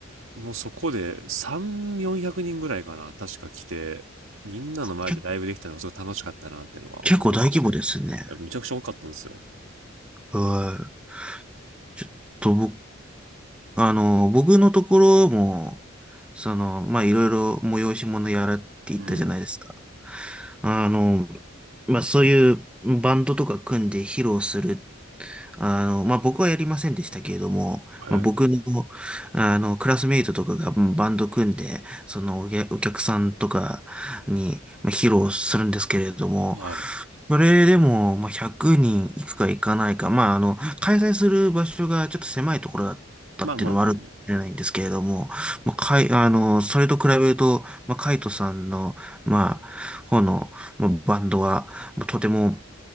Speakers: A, on the right (about 75°); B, in the centre.
A: もうそこで3、400人ぐらいかな、確か来て、みんなの前でライブできたのがすごい楽しかったなっていうのは思い出として、
B: け、結構大規模ですね。
A: いやめちゃくちゃ多かったんですよ。
B: はい。ちょっと僕あの、僕のところも、その、まあ、いろいろ催し物やらって言ったじゃないですか。
A: うん。
B: あの、まあ、そういうバンドとか組んで披露するあの、まあ、僕はやりませんでしたけれども、
A: はい。
B: まあ、僕の、あの、クラスメイトとかがうんバンド組んで、そのお客、お客さんとかに、まあ、披露するんですけれども、
A: はい。
B: それでも、まあ、100人いくかいかないか、まあ、あの、開催する場所がちょっと狭いところだったっていうのもあるかもしれないんですけれども、
A: まあまあまあまあ。
B: まあ、かい、あの、それと比べると、まあ、カイトさんの、まあ、方の、まあバンドは、まあとても